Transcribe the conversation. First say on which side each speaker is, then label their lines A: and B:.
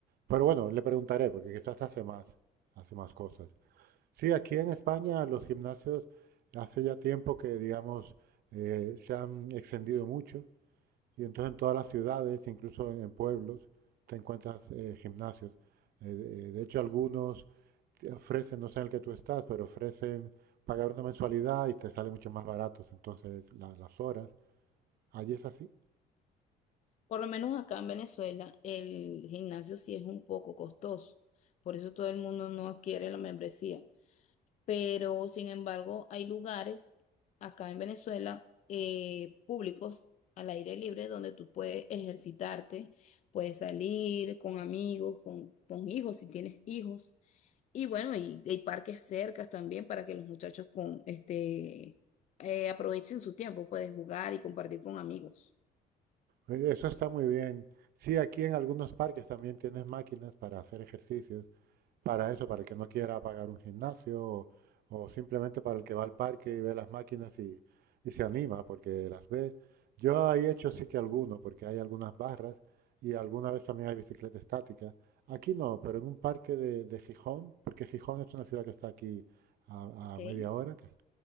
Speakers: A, on the right; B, on the left.
A: Pero bueno, le preguntaré, porque quizás hace más, hace más cosas. Sí, aquí en España los gimnasios hace ya tiempo que, digamos, eh, se han extendido mucho, y entonces en todas las ciudades, incluso en pueblos, te encuentras eh, gimnasios. Eh, de eh, de hecho, algunos te ofrecen, no sé en el que tú estás, pero ofrecen pagar una mensualidad y te sale mucho más baratos entonces la- las horas. Allí es así.
B: Por lo menos acá en Venezuela, el gimnasio sí es un poco costoso, por eso todo el mundo no adquiere la membresía. Pero, sin embargo, hay lugares acá en Venezuela eh, públicos al aire libre donde tú puedes ejercitarte, puedes salir con amigos, con, con hijos, si tienes hijos. Y bueno, y hay parques cercas también para que los muchachos con este eh, aprovechen su tiempo, puedes jugar y compartir con amigos.
A: Eh, Eso está muy bien. Sí, aquí en algunos parques también tienes máquinas para hacer ejercicios Para eso, para el que no quiera pagar un gimnasio o, o simplemente para el que va al parque y ve las máquinas y, y se anima porque las ve. Yo he hecho sí que alguno, porque hay algunas barras y alguna vez también hay bicicleta estática. Aquí no, pero en un parque de, de Gijón, porque Gijón es una ciudad que está aquí a,
B: Ok.
A: a media hora, que es-